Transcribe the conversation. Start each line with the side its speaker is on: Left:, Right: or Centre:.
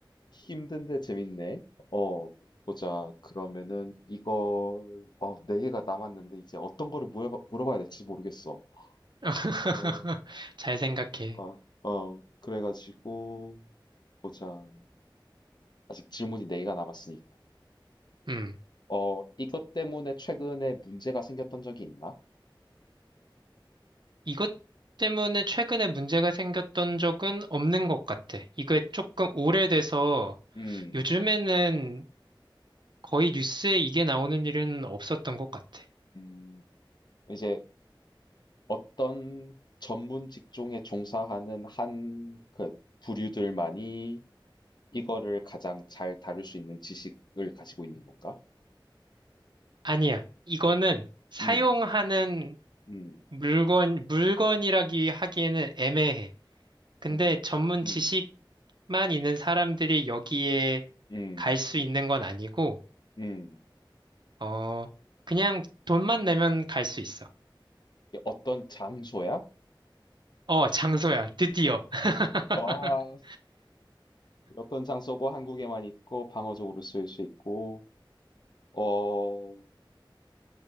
Left: 힘든데 재밌네. 어 보자. 그러면은 이걸 어네 개가 남았는데 이제 어떤 거를 물어봐, 물어봐야 될지 모르겠어.
Right: <laughs>
Left: 어,
Right: 잘 생각해.
Left: 어, 어 그래가지고 보자. 아직 질문이 네 개가 남았으니까.
Right: 음,
Left: 어 이것 때문에 최근에 문제가 생겼던 적이 있나?
Right: 이것 때문에 최근에 문제가 생겼던 적은 없는 것 같아. 이게 조금 오래돼서
Left: 음,
Right: 요즘에는 거의 뉴스에 이게 나오는 일은 없었던 것 같아.
Left: 음 이제 어떤 전문 직종에 종사하는 한 그 부류들만이 이거를 가장 잘 다룰 수 있는 지식을 가지고 있는 건가?
Right: 아니야. 이거는 사용하는
Left: 음, 음,
Right: 물건, 물건이라기 하기에는 애매해. 근데
Left: 음,
Right: 전문
Left: 음,
Right: 지식만 있는 사람들이 여기에
Left: 음,
Right: 갈 수 있는 건 아니고,
Left: 음.
Right: 어, 그냥 돈만 내면 갈 수 있어.
Left: 어떤 장소야?
Right: 어, 장소야. 드디어. <laughs>
Left: 와, 어떤 장소고 한국에만 있고 방어적으로 쓸 수 있고, 어,